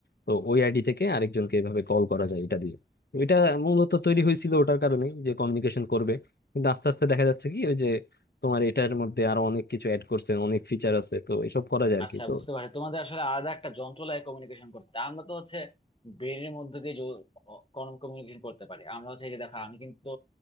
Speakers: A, on the left; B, on the left.
A: তো ওই আইডি থেকে আরেকজনকে এভাবে কল করা যায় এটা দিয়ে তো এটা মূলত তৈরি হয়েছিল ওটার কারণেই যে কমিউনিকেশন করবে কিন্তু আস্তে আস্তে দেখা যাচ্ছে কি ওই যে তোমার এটার মধ্যে আরো অনেক কিছু অ্যাড করছে অনেক ফিচার আছে তো এসব করা যায় আর
B: আচ্ছা
A: কি তো
B: বুঝতে পারছি তোমাদের আসলে আলাদা একটা যন্ত্র লাগে কমিউনিকেশন করতে আমরা তো হচ্ছে ব্রেনের মধ্যে দিয়ে কমিউনিকেশন করতে পারি আমরা হচ্ছে এই যে দেখো আমি কিন্তু